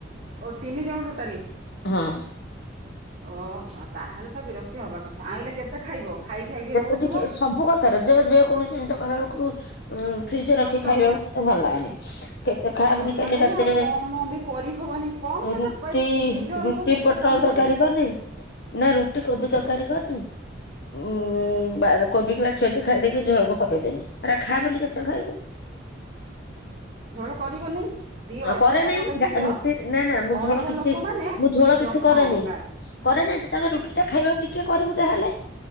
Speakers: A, on the right; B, on the left.
A: ଓ ତିନି ଜଣ ଟୋଟାଲି।
B: ହଁ
A: ଓ ଆଉ ତାହେ ତ ବିରକ୍ତି ହବା କଥା ଆଣିଲଲେ କେତେ ଖାଇବ ଖାଇ ଖାଇକି
B: ଯେତେ
A: ରହୁଥିବ।
B: ଟିକେ ସବୁ ଯେକୌଣସି ଜିନିଷ କଲା ବଳକୁ ଉଁ ଫ୍ରିଜ ରଖି
A: ନଷ୍ଟ
B: ଖାଇବାକୁ
A: ହବ
B: ମତେ ଭଲ ଲାଗେନି, କେତେ ଖା
A: ଭଲ
B: ବୋଲି କାଲି
A: ଲାଗେନି
B: ରାତିରେ।
A: ଆଉ କମ ବି କରିହବନି କମ କେତେ
B: ରୁଟି
A: ତିନି ଜଣ
B: ରୁଟି
A: ଲୋକଙ୍କୁ କେତେ
B: ପୋଟଳ
A: କମ
B: ତରକାରୀ
A: କରିବୁ
B: କନି। ନା ରୁଟି କୋବି ତରକାରୀ କନି। ଉଁ ବା କୋବି କିବାଛ ବାଛି ଖିଇ ଦେନି ଝୋଳକୁ ପକେଇଦେନି। ପୁ ଏ ର। ଖା ବୋଲି କେତେ ଖାଇବୁ।
A: ଝୋ ଳ କରିବନି। ଦି ଅଳ୍ପ
B: କରେ
A: ଲୋକ
B: ନାହିଁ
A: ଦେଖୁଛ
B: ଯା ରୁଟି ନା ନା ମୁଁ
A: ଅଳ୍ପ
B: ଝୋଳ କିଛି
A: ଲୋକ ମାନେ
B: ମୁଁ ଝୋଳ
A: ହଁ
B: କିଛି କରେନି
A: ବାସ।
B: କରେ ନାାଇ ଯେ ତମେ ରୁଟି ଟା ଖାଇବାକୁ ଟିକେ କରିବୁ ଜାହେଲେ।